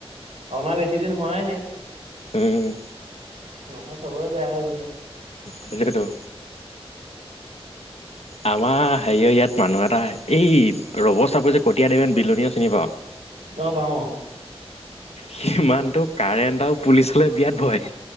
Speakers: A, on the right; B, on the left.
A: অনা বেছিদিন হোৱাই নাই।
B: উমঁ।
A: মাথা চবৰে বেয়া হৈ গৈছে।
B: সেইটোৱেটো। আমাৰ সেৰিয়ৰ ইয়াত মানুহ এটা এই ৰবৰ চাপোৰ যে কটীয়া দেবেন বিলনীয়া চিনি পাওঁ?
A: অঁ' পাওঁ অঁ'।
B: সেই মানুহটো কাৰেণ্ট আৰু পুলিচলে বিৰাত ভয়।